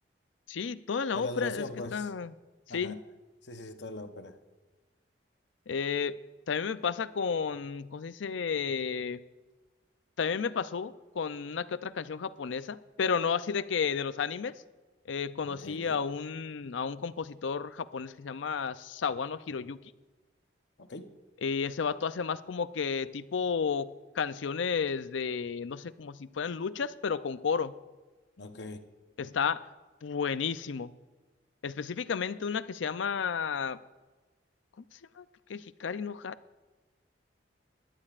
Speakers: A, on the left; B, on the left.
A: Sí, toda la
B: Por
A: obra
B: la duración,
A: es que
B: pues.
A: está. Sí.
B: Ajá, sí, sí, sí, toda la ópera.
A: eh, también me pasa con, ¿cómo se dice? También me pasó con una que otra canción japonesa, pero no así de que de los animes. Eh, conocí
B: Ok, ok,
A: a un, a un compositor japonés que se llama Sawano Hiroyuki.
B: ok,
A: Eh, ese vato hace más como que tipo canciones de, no sé, como si fueran luchas, pero con coro.
B: ok.
A: Está buenísimo. Específicamente una que se llama, ¿cómo se llama? Creo que Hikari no